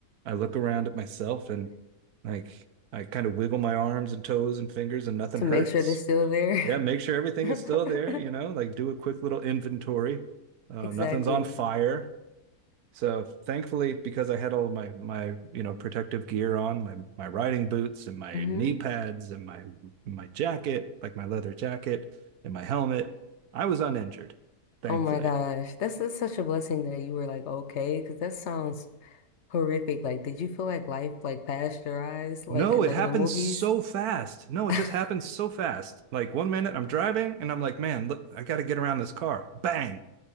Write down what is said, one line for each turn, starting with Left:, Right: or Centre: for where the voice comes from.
Right: I look around at myself and like. I kind of wiggle my arms and toes and fingers and
Left: <laughs>
Right: nothing
Left: to
Right: hurts
Left: make sure they're still there.
Right: yeah, make sure everything
Left: <laughs>
Right: is still there, you know, like do a quick little inventory. Uh,
Left: Exactly.
Right: nothing's on fire. So thankfully, because I had all of my my you know protective gear on, my my riding boots and my
Left: hmm
Right: knee pads and my my jacket, like my leather jacket and my helmet, I was uninjured, thankfully.
Left: Oh my gosh. That's just such a blessing that you were like, okay, because that sounds horrific. Like, did you feel like life like past your eyes, like
Right: No,
Left: in
Right: it
Left: like
Right: happened
Left: in the movies?
Right: so fast. No, it just
Left: <laughs>
Right: happened so fast. Like one minute I'm driving and I'm like, man, look, I got to get around this car. Bang.